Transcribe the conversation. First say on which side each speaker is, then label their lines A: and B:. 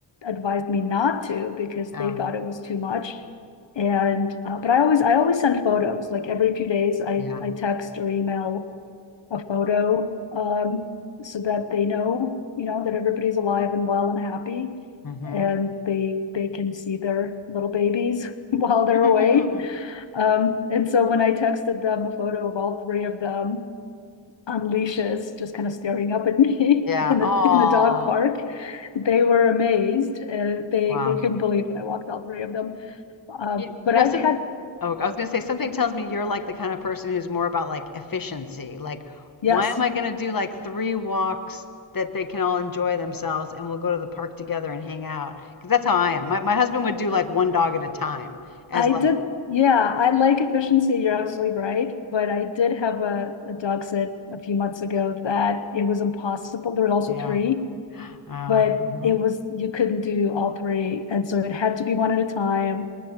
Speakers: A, on the left; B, on the left.
A: advised me not to because
B: Yeah.
A: they thought it was too much. And uh, but I always I always send photos. Like every few days, I
B: Yeah.
A: I text or email a photo um, so that they know you know that everybody's alive and well and happy,
B: hmm
A: and they they can see their little babies <laughs> while
B: <laughs>
A: they're away. Um, and so when I texted them a photo of all three of them on leashes, just kind of staring up at <laughs> me
B: Yeah.
A: in the,
B: Oh,
A: in the dog park. They were amazed. Uh, they,
B: wow.
A: they couldn't believe that I walked all three of them. Uh,
B: You,
A: but
B: you know,
A: I've
B: some,
A: had,
B: oh, I was gonna say something tells me you're like the kind of person who's more about like efficiency. Like,
A: yes,
B: why am I gonna do like three walks that they can all enjoy themselves and we'll go to the park together and hang out? Because that's how I am. My my husband would do like one dog at a time as
A: I
B: like,
A: did. Yeah, I like efficiency. You're absolutely right. But I did have a, a dog sit a few months ago that it was impossible. There were also
B: yeah.
A: three,
B: Uh,
A: but
B: mhm.
A: it was, you couldn't do all three. And so it had to be one at a time.